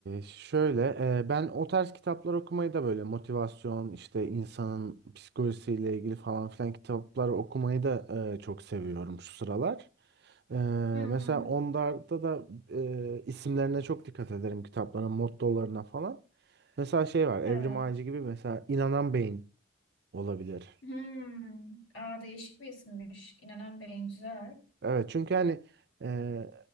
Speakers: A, on the right; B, on the left.
A: şöyle e, ben o tarz kitaplar okumayı da böyle motivasyon işte insanın psikolojisiyle ilgili falan filan kitaplar okumayı da e, çok seviyorum şu sıralar. E,
B: Hı hı.
A: mesela onlarda da e, isimlerine çok dikkat ederim kitapların mottolarına falan. Mesela şey var Evrim
B: Evet.
A: Ağacı gibi mesela inanan beyin olabilir.
B: Hmm. Aa, değişik bir isimmiş. İnanan Bey'in güzel.
A: Evet çünkü hani e,